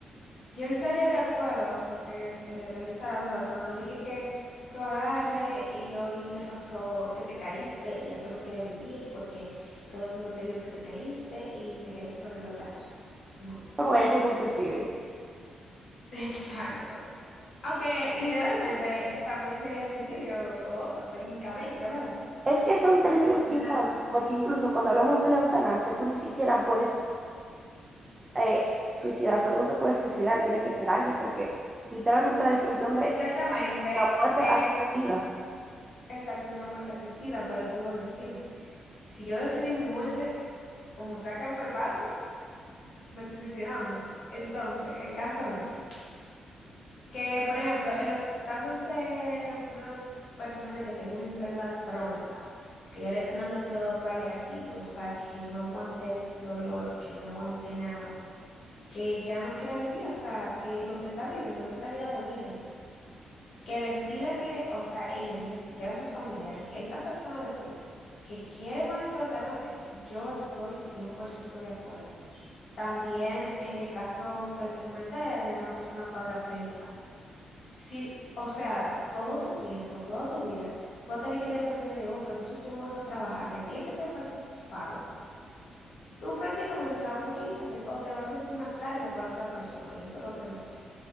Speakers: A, on the left; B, on the right.
A: yo estaría de acuerdo con que se legalizara, ¿verdad? Pero no dije que tú agarre y hoy te pasó que te caíste y ya tú no quieres vivir porque todo el mundo te vio que te caíste y te quieres poner la eutanasia. No.
B: Porque eso es un suicidio.
A: <laughs> Exacto. Aunque literalmente también sería suicidio lo otro, técnicamente, ¿verdad?
B: Es que son términos
A: Una,
B: incómodos, porque incluso cuando hablamos de la eutanasia, tú ni siquiera puedes eh, suicidar, o sea, tú no te puedes suicidar, tiene que ser alguien, porque literalmente la definición de
A: exactamente,
B: la muerte
A: es
B: asistida.
A: exacto una muerte asistida, pero tú lo decides. Si yo decidí mi muerte, como sea que me pase, me estoy suicidando. Entonces, el caso es que, por ejemplo, en los casos de una persona que tenga una enfermedad crónica, que ya le estén dando cuidado paliativo, o sea, que no aguante el dolor, que no aguante nada que ya no quiera vivir, o sea, que lo que está viviendo no es calidad de vida, que decida que, o sea, ella, ni siquiera sus familiares, que esa persona decida que quiere ponerse la eutanasia, yo estoy 100% de acuerdo. También en el caso que te comenté de una persona cuadraplégica, si, o sea, todo tu tiempo, toda tu vida, tú vas a tener que depender de otro, entonces tú no vas a trabajar. El día que te falten tus padres, tú prácticamente te vas a morir porque o te vas a sentir una carga para otra persona y eso es lo que no quiero.